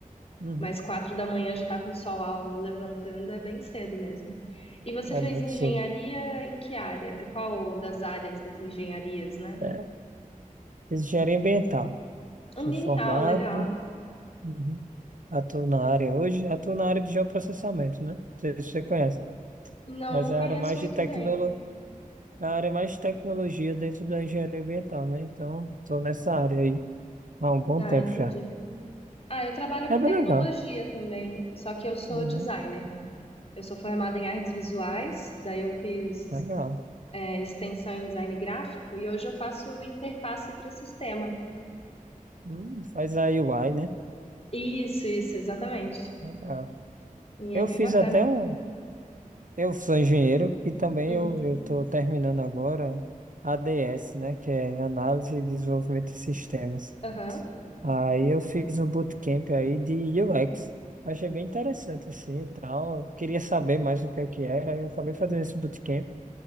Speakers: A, on the right; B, on the left.
A: Uhum.
B: Mas quatro da manhã já tá com o sol ao- levantando, é bem cedo mesmo. E você
A: É
B: fez
A: muito
B: engenharia
A: cedo.
B: em que área? Qual das áreas das engenharias, né?
A: É, fiz engenharia ambiental, sou
B: Ambiental,
A: formado,
B: legal.
A: Uhum. Atuo na área hoje, atuo na área de geoprocessamento, né? Não sei se você conhece,
B: Não,
A: mas
B: não
A: é
B: conheço
A: a área mais
B: muito
A: de tecnolo...
B: bem.
A: é a área mais de tecnologia dentro da engenharia ambiental, né? Então, estou nessa área aí há um bom
B: Ah,
A: tempo
B: entendi.
A: já.
B: Ah, eu trabalho com
A: É bem
B: tecnologia
A: legal.
B: também, só que eu sou
A: Uhum.
B: designer. Eu sou formada em artes visuais, daí eu fiz,
A: Legal.
B: é, extensão em design gráfico e hoje eu faço interface para sistema.
A: Hum, faz a U i né?
B: Isso, isso, exatamente.
A: Legal.
B: E
A: Eu
B: é bem
A: fiz
B: bacana.
A: até um. Eu sou engenheiro e também
B: Uhum.
A: eu eu estou terminando agora ADS, né? Que é Análise e Desenvolvimento de Sistemas.
B: Aham.
A: Aí eu fiz um bootcamp aí de UX. Achei bem interessante assim e tal. Eu queria saber mais o que é que era, aí eu acabei fazendo esse bootcamp.